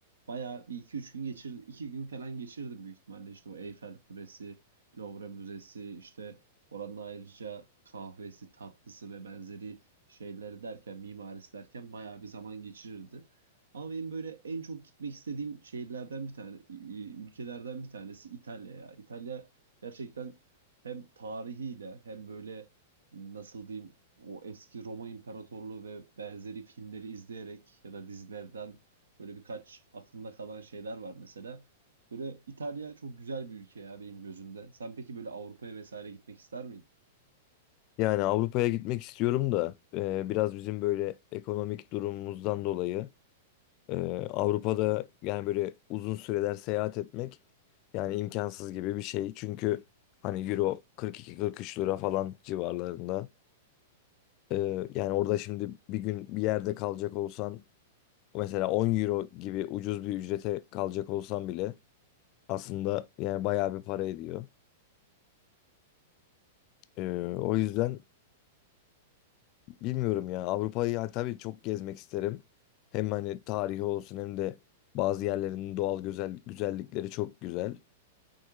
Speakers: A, on the right (about 85°); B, on the left (about 45°).
A: bayağı bir iki üç gün geçir iki gün falan geçirdim büyük ihtimalle işte o Eyfel Kulesi, Louvre Müzesi işte oranın ayrıca kahvesi, tatlısı ve benzeri şeyleri derken mimarisi derken bayağı bir zaman geçirirdi. Ama benim böyle en çok gitmek istediğim şehirlerden bir tane, e, ülkelerden bir tanesi İtalya ya. İtalya gerçekten hem tarihiyle hem böyle nasıl diyeyim o eski Roma İmparatorluğu ve benzeri filmleri izleyerek ya da dizilerden böyle birkaç aklımda kalan şeyler var mesela. Böyle İtalya çok güzel bir ülke ya benim gözümde. Sen peki böyle Avrupa'ya vesaire gitmek ister miydin?
B: Yani Avrupa'ya gitmek istiyorum da e, biraz bizim böyle ekonomik durumumuzdan dolayı e, Avrupa'da yani böyle uzun süreler seyahat etmek yani imkansız gibi bir şey. Çünkü hani Euro 42-43 lira falan civarlarında. E, yani orada şimdi bir gün bir yerde kalacak olsan mesela 10 Euro gibi ucuz bir ücrete kalacak olsan bile aslında yani bayağı bir para ediyor. Ee, o yüzden bilmiyorum ya Avrupa'yı yani tabii çok gezmek isterim. Hem hani tarihi olsun hem de bazı yerlerinin doğal güzel güzellikleri çok güzel.